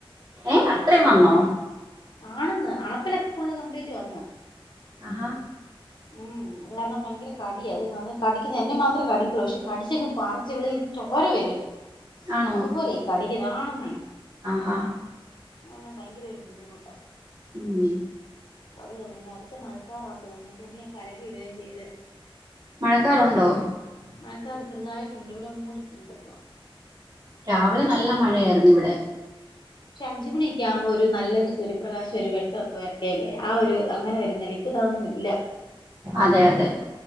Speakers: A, on the right; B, on the left.
A: ഏയ് അത്രയും വന്നോ
B: ആണന്ന് അണപ്പല്ലൊക്കെ ഫുള്ള് കംപ്ലീറ്റ് വന്ന്
A: ആഹാ
B: ഉം അത് കാരണം ഭയങ്കര കടിയ അത് അത് കടിക്കുന്നത് എന്നെ മാത്രേ കടിക്കുള്ളൂ പക്ഷേ കടിച്ചെങ്ങ് പറിച്ച് വിള് ഈ ചോര വരും
A: ആണോ
B: അതുപോലെ കടിക്ക്ന്നാണമ്മേ
A: ആഹാ
B: ആൽ ഭയങ്കര ഒരു ബുദ്ധിമുട്ട്
A: ഉം
B: പണി തന്നെ ഇനി അടുത്ത മഴക്കാറാ തോ ഞാൻ തുണിയൊക്കെ അലക്കി ഇടുകയും ചെയ്ത്
A: മഴക്കാറുണ്ടോ
B: മഴക്കാർ ചെറുതായിട്ടുണ്ട് ഇവിടെ മൂടിയിട്ടുണ്ട് ഇപ്പൊ
A: രാവിലെ നല്ല മഴയായിരുന്നു ഇവിടെ
B: പക്ഷെ അഞ്ച് മണി ഒക്കെ ആകുമ്പോ ഒരു നല്ലൊരു സൂര്യ പ്രകാശം ഒരു വെ ട്ടൊക്കെ വരണ്ടേല്ലേ ആ ഒരു അങ്ങനെ വരുന്നൽ ഇപ്പ ഇതൊന്നും ഇല്ല
A: അതെ അതെ